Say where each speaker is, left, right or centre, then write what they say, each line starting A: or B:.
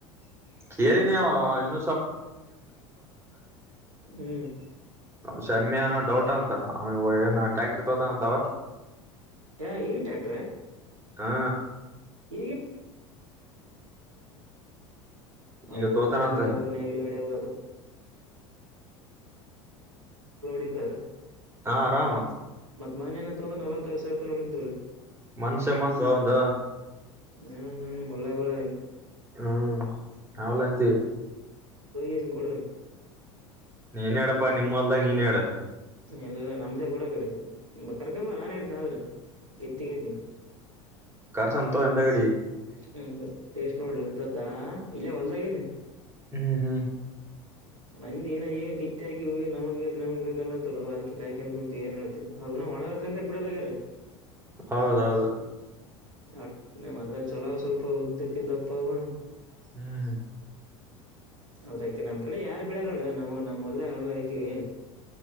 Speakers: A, on the right; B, on the right.
A: <unintelligible> ಅವ್ಳ್
B: ಹ್ಮ್
A: ಕ್ಷಮ್ಯನೋ ಡೌಟ್ ಅಂತ <unintelligible> ಏನು ಟ್ರಾಕ್ಟರ್ ತೋತಾನಂತವ
B: ಏ ಈ ಟ್ರ್ಯಾಕ್ಟರ
A: ಹಾ
B: <unintelligible> ಅವು
A: ಈಗ ತೋತಾನಂತ
B: ಉಗಳೆ ಹೊಡೆವು ನೇಗಿಲು ಹೊಡೆವು <unintelligible>
A: ಹಾ ಆರಾಮ
B: ಮನೇನೇ ತೊಂದರ ನಲವತ್ ಐವತ್ ಸಾವಿರ್ ರೂಪಾಯಿ ನೋಡಿದ್ವಲ್ಲ
A: ಮನಸೇ ಮನ್ಸಾ ಅವ್ನ್ದ
B: <unintelligible> ಮಲ್ದ್ ಹೊಯಿ
A: ಹ್ಮ್ ಅವಲ್ಲ ಅಂತಿ
B: ಇದನ್ನ ಕೊಡ
A: ನೀನೇ ಇಡಪ್ಪ ನಿಮ್ ಹೊಲ್ದಾಗ್ ನೀನೇ ಇಡ
B: ಇಲ್ಲ ಇಲ್ಲ ನಮ್ದೇ ಕುಡ ಕಡೆ ಕರ್ಕೊಂಬ ನಾನ್ ಹೇಳ್ತನ ಆದ್ರೆ <unintelligible>
A: ಕಾರ್ಸಂತೋ ಹಿಂದ ಗಡಿ
B: ಹ್ಮ್ ಹ್ಮ್ ಟೇಸ್ಟ್ ನೋಡ್ಲಿ ಹೊತ್ತದಾ ಇಲ್ಲೇ ಹೊಲ್ದಾಗೀವ್ನಿ
A: ಹ್ಮ್ ಹ್ಮ್
B: ಮಂದಿ ಏನ ಈಗ ಕಿತ್ತ ಹಾಕ ನಮಗ್ ಬೇಕ್ ನಮಗ್ ಬೇಕ ಅನ್ಲತ್ತರು ಅದಕ ಕಾಯ್ಕಂತ ಕುಂತು ಏನ್ ಹೇಳ್ತಿ ಅದ್ನೂ ಒಣಗಾಕ್ ಅಂತ ಬಿಡಲ್ಲಾಗ್ಯಾರ
A: ಹೌದೌದು
B: ಅಟ್ನೇ ಮಾದ್ರೆ ಚಲೋ ಸ್ವಲ್ಪ ಉದ್ದಕ್ಕೆ ದಪ್ಪ ಅವ
A: ಹ್ಮ್
B: ಅದ್ರಯಕ ನಮ್ ಕಡೆ ಯಾರು ಬೆಳಲ್ಲೋಡು ನಾವು ನಮ್ ಹೊಲ್ದಾಗ ಅವ್ನೆ ಹೈಕಿವಿ